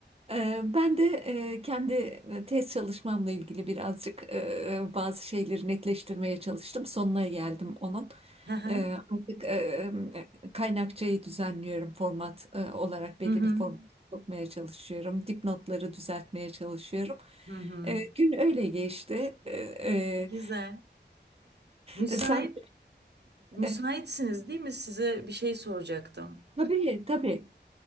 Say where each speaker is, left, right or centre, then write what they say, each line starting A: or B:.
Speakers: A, on the right (about 35°); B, on the right (about 65°).
A: Ee, ben de e, kendi e, tez çalışmamla ilgili birazcık e, e, bazı şeyleri netleştirmeye çalıştım. Sonuna geldim onun.
B: Hı hı.
A: Ee, artık e, e, kaynakçayı düzenliyorum. Format e, olarak belli
B: Hı hı.
A: bir format sokmaya çalışıyorum. Dipnotları düzeltmeye çalışıyorum.
B: Hı hı.
A: Ee, gün öyle geçti. Ee,
B: Güzel. Müsait
A: e, <laughs> Sen
B: müsaitsiniz
A: e,
B: değil mi? Size bir şey soracaktım.
A: tabii tabii.